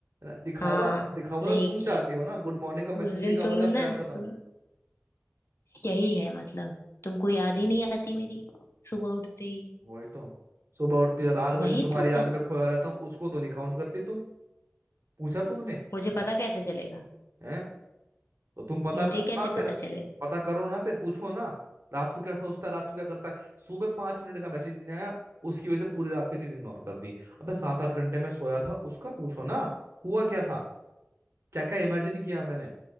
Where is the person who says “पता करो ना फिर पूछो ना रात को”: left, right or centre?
Right